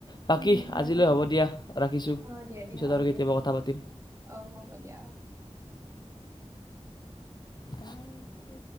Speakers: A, on the left; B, on the right.
A: বাকী
B: উম, হয়-হয়
A: আজিলৈ হ'ব দিয়া ৰাখিছোঁ
B: অ' দিয়া দিয়া
A: পিছত
B: অ'
A: আৰু
B: দিয়া
A: কেতিয়াবা কথা পাতিম
B: অ' হ'ব দিয়া অ'
A: অ'